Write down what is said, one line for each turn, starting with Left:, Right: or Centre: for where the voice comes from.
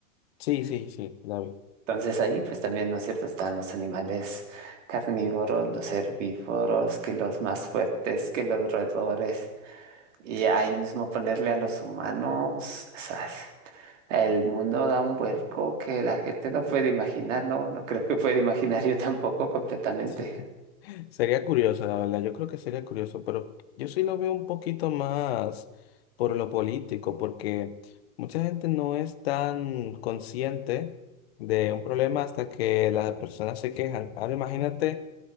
Left: Sí, sí, sí, la vi.
Right: Entonces ahí pues también, ¿no es cierto?, están los animales carnívoros, los herbívoros, que los más fuertes, que los roedores. Y ahí mismo ponerle a los humanos, ¿sabes? El mundo da un vuelco que la gente no puede imaginar, ¿no? No creo que pueda imaginar yo tampoco completamente.
Left: <laughs> Sería curioso, la verdad. Yo creo que sería curioso, pero yo sí lo veo un poquito más por lo político, porque mucha gente no es tan consciente de un problema hasta que las personas se quejan. Ahora imagínate